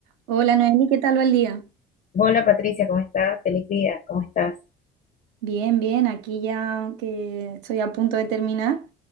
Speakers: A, on the right; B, on the left.
A: Hola Noeli, ¿qué tal va el día?
B: Hola Patricia, ¿cómo estás? Feliz día, ¿cómo estás?
A: Bien, bien, aquí ya que estoy a punto de terminar,